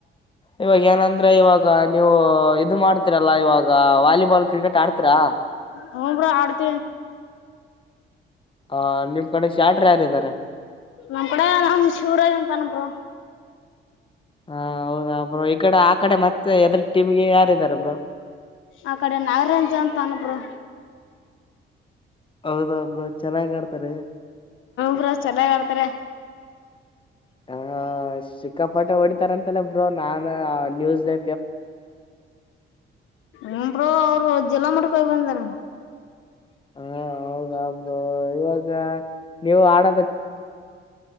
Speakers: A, on the left (about 25°); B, on the left (about 80°).
A: ಇವಾಗ ಏನಂದ್ರೆ ಇವಾಗ ಈ ನೀವು ಇದು ಮಾಡ್ತೀರಲ್ಲಾ ಇವಾಗ ವಾಲಿಬಾಲ್ ಕ್ರಿಕೆಟ್ ಆಡ್ತೀರಾ
B: ಹ ಬಿಡ ಆಡ್ತ
A: ಹ ನಿಮ್ ಕಡೆ ಚಾಟ್ರ ಯಾರ ಇದ್ದಾರೆ
B: ನಮ ಕಡೆ ನ ಶೂರ ಆಗಂ ಕ ಬ್ರೋ
A: ಹಾ ಹೌದ್ರ ಈ ಕಡೆ ಆ ಕಡೆ ಮತ್ತೆ ಎದ್ರ ಟಮ್ಗೆ ಯಾರಾರೆ ್
B: ಆ ಕಡೆ ನಾಗರಂಜ ಅಂತ ಅನಬ ಹ
A: ಹೌದಬ್ಳ ಚೆನ್ನಾಗ್ ಆಡ್ತಾರೆ
B: ಹ್ರ ಚೆನ್ನಾಗರ್ತಾರೆ
A: ಹ ಶಕ್ಕಾಪಾಟ ಹೊಡ ಅಂತಲಬ್ರು ನಾ ನ್ಯೂಸ್ ಲೈ
B: ನಿರು ಅವರುಜ್ ಎಲ್ಲ ಮಾಡಕ ಕೊಗಂದನ
A: ಹಾ ಹೌದ್ ಆಗ್ದು ಇವಾಗ ನೀವು ಆಡ